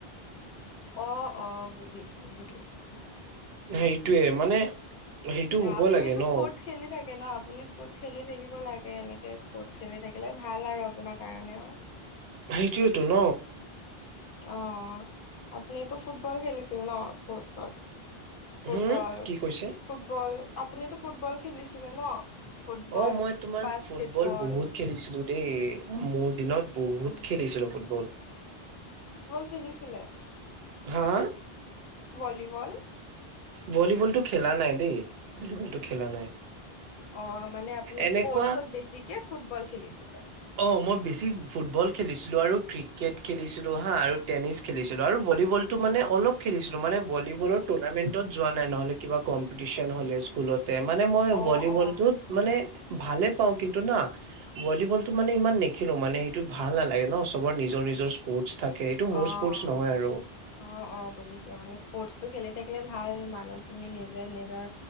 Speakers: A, on the left; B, on the right.
A: অ' অ' বুজিছো বুজিছো।
B: সেইটোৱেই মানে সেইটো হ'ব
A: আপুিতো
B: লাগে ন
A: স্পৰ্টছ খেলি থাকে ন? আপুনি স্পৰ্ট খেলি থাকিব লাগে এনেকে স্পৰ্টচ খেলি থাকিলে ভাল আৰু আপোনাৰ কাৰণেও
B: সেইটোয়েতো ন
A: অ' আপুনিটো ফুটবল খেলিছিল ন স্পৰ্টছত? ফুটবল
B: হম কি কৈছে
A: ফুটবল আপুনিতো ফুটবল খেলিছিলে ন। ফুটবল,
B: অ মই তোমাৰ
A: বাস্কেটবল।
B: ফুটবল বহুত খেলিছিলো দেই মোৰ দিনত বহুত
A: অ
B: খেলিছিলো ফুটবল।
A: চলিছিলে।
B: হা।
A: ভলীবল
B: ভলীবলতটো খেলা নাই দেই। ভলীবল টো খেলা নাই।
A: অ' মানে আপুনি
B: এনেকুৱা
A: স্পৰ্টচত বেছিকে ফুটবল খেলিছিলে।
B: অ' মই বেছি ফুটবল খেলিছিলো আৰু ক ক্ৰিকেট খেলিছিলো হা আৰু টেনিছ খেলিছিলো আৰু ভলীবলটো মানে অলপ খেলিছিলো মানে ভলীবলৰ টুৰ্ণামেণ্ট যোৱা নাই নহ'লে কিবা কম্পিটিচন হ'লে স্কুলতে মানে মই
A: অ
B: ভলীবল
A: অ
B: ত মানে ভালে পাওঁ‌। কিন্তু না ভলীবলতটো মানে ইমান নেখেলো মানে সেইটো ভাল নালাগে ন। চবৰ নি নিজৰ নিজৰ স্পৰ্ট থাকে। এইটো মোৰ
A: অ'
B: স্পৰ্টছ নহয় আৰু
A: অ' অ' অ' বুজিছো মই। স্পৰ্টচটো খেলি থাকিলে ভাল। মানুহ তুমি নিজে নিজৰ